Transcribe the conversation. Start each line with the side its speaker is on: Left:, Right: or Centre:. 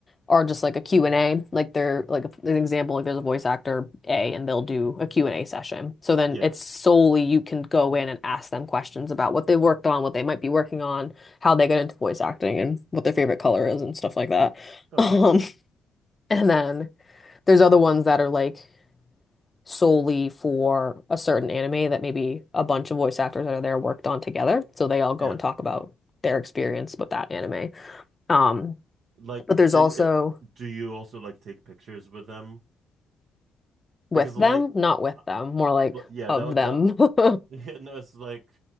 Left: Are just like a Q and a like they're like an example like there's a voice actor A and they'll do a Q and a session so then
Right: yeah,
Left: it's solely you can go in and ask them questions about what they worked on what they might be working on how they got into voice acting and what their favorite color is and stuff like that <laughs>
Right: okay,
Left: um and then there's other ones that are like solely for a certain anime that maybe a bunch of voice actors that are there worked on together so they all go
Right: yeah.
Left: and talk about their experience with that anime um
Right: Like,
Left: but there's
Right: uh,
Left: also
Right: uh, do you also like take pictures with them?
Left: With
Right: Because
Left: them?
Right: like,
Left: Not with
Right: uh,
Left: them, more like
Right: well, yeah,
Left: of
Right: that
Left: them. <laughs>
Right: that <laughs> no, it's like,